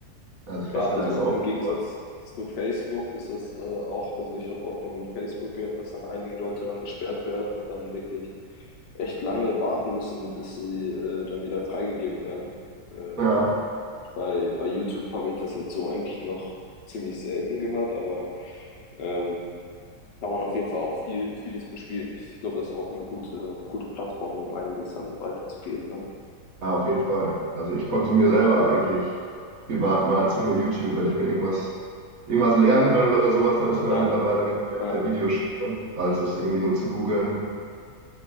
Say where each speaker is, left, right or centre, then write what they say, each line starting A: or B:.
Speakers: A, on the right; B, on the left.
A: da sich
B: Ja,
A: was Geiles
B: also
A: aufzubauen.
B: im Gegensatz zu Facebook ist das äh, auch, also ich habe auch von Facebook gehört, dass dann einige Leute dann gesperrt werden und dann wirklich echt lange warten müssen, bis sie äh, dann wieder freigegeben werden. Ähm,
A: Ja,
B: bei, bei YouTube habe ich das jetzt so eigentlich noch ziemlich selten gehört, aber ähm, kann man auf jeden Fall auch viel, vieles bespielen. Ich glaube, das ist auch eine gute, gute Plattform, um einiges dann weiterzugeben, ne?
A: ja, auf jeden Fall. Also ich konsumiere selber eigentlich privat nahezu nur YouTube. Wenn ich mir irgendwas, irgendwas lernen will oder sowas, dann ist man
B: Ja,
A: ja mittlerweile mehr
B: ja,
A: auf der Videoschiene, als das irgendwie nur zu googeln.